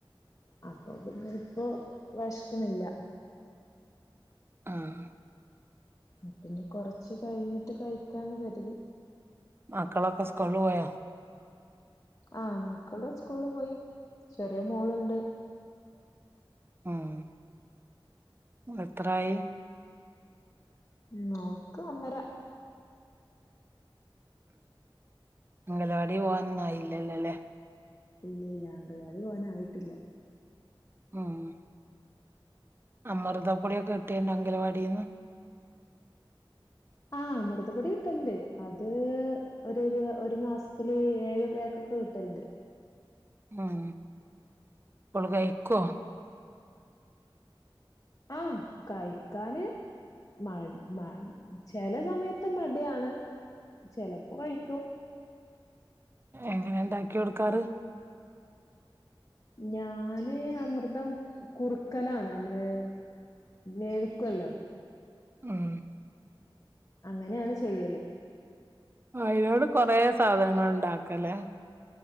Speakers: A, on the left (about 40°); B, on the right (about 25°).
A: അപ്പോ പിന്നെ ഇപ്പൊ വെശ്ക്കണില്ല
B: ആഹ്
A: പിന്നെ കൊറച്ച് കഴിഞ്ഞിട്ട് കഴിക്കാന്ന് കരുതി
B: മക്കളൊക്കെ സ്കൂളില് പോയൊ
A: ആ മക്കള് സ്കൂളില് പോയി ചെറിയ മോള്ണ്ട്
B: ആഹ് എത്രായി
A: ഉം മോക്ക് ഒന്നര
B: അംഗലവാടി പോവാൻ ഒന്നുംയായില്ലല്ലോ അല്ലേ
A: ഇല്ലല്ല അംഗലവാടി പോവാൻ ആയിട്ടില്ല
B: ആഹ് അമൃതം പൊടിയൊക്കെ കിട്ടിണ്ടോ അംഗലവാടിന്ന്
A: ആഹ് അമൃതപൊടി കിട്ട്ണ്ട് അത് ഒരു രു ഒരു മാസത്തില് ഏഴുപേര്ക്കൊക്കെ കിട്ട്ണ്ട്
B: ഉം ഇവള് കഴിക്കുവോ
A: ആ കഴിക്കാന് മ മ ചില സമയത്ത് മടിയാണ് ചെലപ്പോ കഴിക്കും
B: എങ്ങനെ ഒണ്ടാക്കി കൊടുക്കാറ്
A: ഞാന് അമൃതം കുറുക്കലാണ് നമ്മള് വേവിക്കുവല്ലോ
B: ആഹ്
A: അങ്ങനെയാണ് ചെയ്യല്
B: ആ ഇതിനോട് കൊറെ സാധനങ്ങൾ ഇണ്ടാക്കല്ലേ